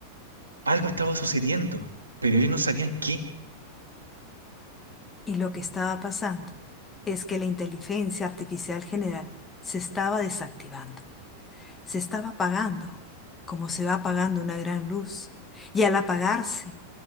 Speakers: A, on the right; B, on the left.
A: Algo estaba sucediendo, pero ellos no sabían qué.
B: y lo que estaba pasando es que la inteligencia artificial general se estaba desactivando, se estaba apagando, como se va apagando una gran luz. Y al apagarse,